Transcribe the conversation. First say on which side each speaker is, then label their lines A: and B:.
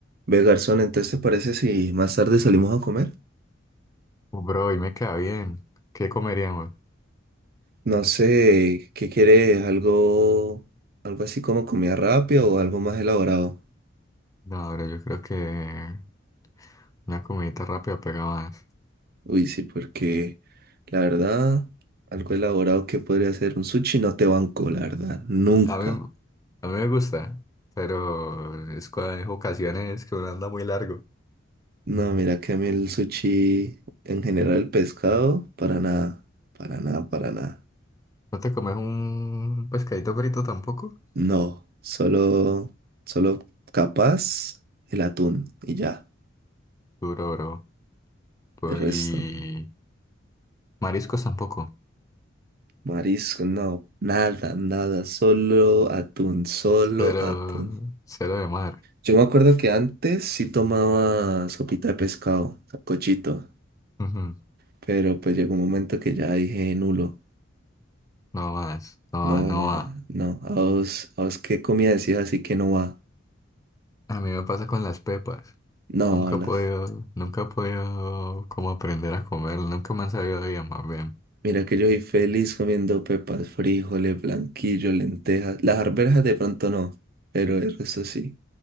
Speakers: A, on the right; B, on the left.
A: Ve, garzón, entonces te parece si más tarde salimos a comer?
B: Uh, Bro, hoy me queda bien. ¿Qué comeríamos?
A: No sé, ¿qué quieres? ¿Algo, algo así como comida rápida o algo más elaborado?
B: No, bro, yo creo que una comidita rápida pega más.
A: Uy, sí, porque la verdad, algo elaborado que podría ser un sushi no te banco, la verdad, nunca.
B: A mí, a mí me gusta, pero es cuando hay ocasiones que uno anda muy largo.
A: No, mira que a mí el sushi, en general el pescado, para nada, para nada, para nada.
B: ¿No te comes un pescadito frito tampoco?
A: No, solo, solo capaz el atún y ya,
B: Duro, bro. Pues,
A: el resto
B: Y
A: no.
B: mariscos tampoco.
A: Marisco, no, nada, nada, solo atún, solo
B: Cero,
A: atún.
B: cero de mar.
A: Yo me acuerdo que antes sí tomaba sopita de pescado, cochito,
B: Ujú,
A: pero pues llegó un momento que ya dije nulo.
B: No más, no,
A: No,
B: va- no
A: ma,
B: va.
A: no, a vos, a vos qué comida decís así que no va.
B: A mí me pasa con las pepas.
A: No,
B: Nunca
A: las.
B: he podido, nunca he podido como aprender a comer, nunca me han sabido bien, más bien.
A: Mira que yo soy feliz comiendo pepas, frijoles, blanquillo, lentejas. Las arvejas de pronto no, pero el resto sí.